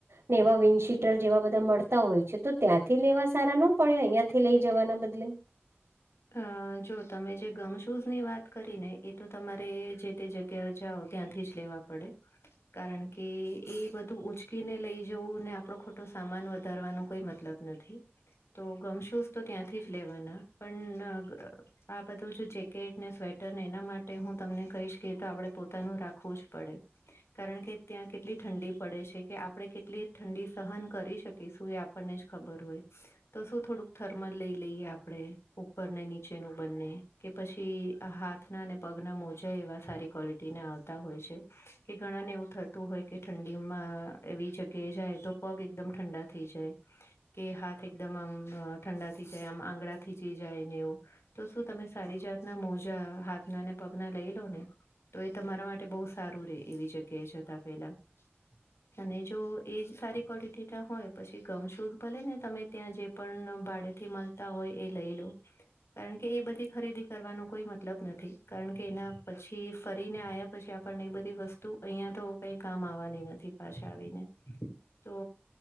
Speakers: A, on the right; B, on the left.
A: ને એવા વિન્ડ શીટર જેવા બધા મળતા હોય છે તો ત્યાંથી લેવા સારા ન પડે અહં થી લઈ જવાના બદલે. <inaudible>
B: અ જો તમે જે ગમ શૂઝ ની વાત કરી ને એ તો તમારે જે તે જગ્યા જાઓ. ત્યાંથી જ લેવા પડે. કારણ કે એ બધું ઉઊંચકીને લઈ જવું ને આપડો ખોટો સામાન વધારવાનો કોઈ મતલબ. નથી તો ગમ શૂઝ તો ત્યાંથી જ લેવાના પણ. આ બધું જેકેટ ને સ્વેટર ને એના માટે હું તમને કહીશ કે તો આપણેે પોતાનું રાખવું જ પડે કારણ કે ત્યાં કેટલી ઠંડી પડે છે કે આપડણે કેટલી ઠંડી સહન કરી શકીશું એ. આપણને જ ખબર હોય તો શું થોડુંક થર્મલ લઈ લઈએ આપણે. ઉપર ને નીચેનું બંને કે પછી આ હાથના પગના મોજા એવા સારી ક્વોલિટી એના આવતા હોય છે કે ઘણા ને એવું થતું હોય કે ઠંડીમાં એવી જગ્યાએ જાય તો પગ એકદમ ઠંડા થી જાય કે હાથ એકદમ આમ ઠંડા થઈ જાય આમ આંગડા થી જ જાય ને એવું તો શું તમે સારી જાતના મોજા હાથના ને પગના લઈ લો ને તો એ તમારા માટે બહુ સારું રે એવી જગ્યાએ જતા પેલા
A: <inaudible>
B: અને જો એ જ સારી ક્વોલિટી ના હોય પછી ગમ શુધ ભલે ને તમે ત્યાં જે પણ ભાડેથી મળતા હોય એ લઈ લો કારણ કે એ બધી ખરીદી કરવાનો કોઈ મતલબ નથી કારણ કે એના પછી ફરીને આયા પછી આપણને એ બધી વસ્તુ અહિયાં તો કઈ કામ આવવાની નથી પાછા આવીને તો